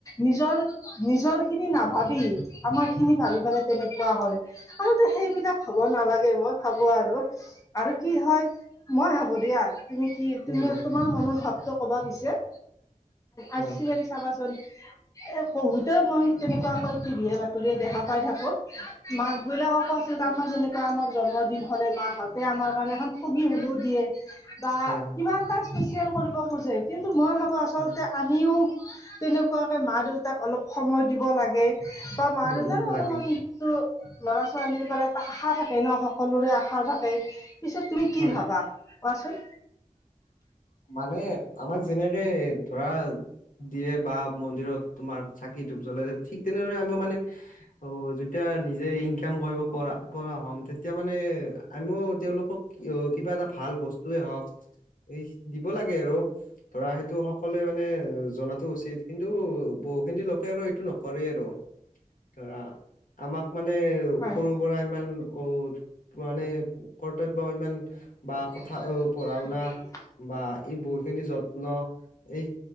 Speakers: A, on the left (about 25°); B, on the left (about 75°).
A: নিজৰ নিজৰ খিনি নাভাবি আমাৰ খিনি ভাবি পেলাই। তেনেকুৱা কৰে আৰু সেইবিলাক হ'ব নালাগে। মই ভাবো আৰু আৰু কি হয় মই ভাবো দিয়া। তুমি কি
B: উম,
A: তুমি
B: উম,
A: তোমাৰ মনৰ ভাৱটো কবা পিছে আজিকালি
B: অ',
A: চাবাচোন। এ বহুতে মই তেনেকুৱাকৈ টিভিয়ে বাতৰিয়ে দেখা পাই থাকো মাক বিলাক ক আছিল আমাৰ যেনেকুৱা আমাৰ জন্মদিন হলে মাহঁতে আমাৰ কাৰণে এখন ফুগী হ'লেও দিয়ে। বা
B: হয়, হয়,
A: কিবা এটা স্পেচিয়েল কৰিব খোজে কিন্তু মই ভাবো আচল
B: হয়,
A: আমিও তেনেকুৱাকৈ মা দেউতাক অলপ সময় দিব লাগে। বা মাৰ
B: উম,
A: দেউতাৰ
B: উম,
A: অলপমানটো
B: লাগে
A: ল'ৰা ছোৱালীৰ পৰা এটা আশা থাকে ন সকলোৰে আশা থাকে। পিছেত তুমি কি
B: হয়।
A: ভাবা কোৱাচোন।
B: মানে আমাক যেনেকে ধৰা। দিয়ে বা মন্দিৰত তোমাৰ চাকি ধুপ জ্বলাই ঠিক তেনেদৰে আমি মানে অ যেতিয়া নিজে ইনকাম কৰিব পৰা পৰা হম। এতিয়া মানে আমিও তেওঁলোকক কিবা এটা ভাল বস্তুৱে হওক এই দিব লাগে আৰু ধৰা সেইটো সকলোৱে মানে জনাতো উচিত কিন্তু বহুখিনি লোকে আৰু এইটো ন কৰে আৰু ধৰা আমাক মানে
A: হয়
B: সৰু পৰা ইমান অ মানে কৰ্তব্য ইমান
A: <inaudible>
B: বা কথা অ পঢ়া শুনা বা এই বহুত খিনি যত্ন এই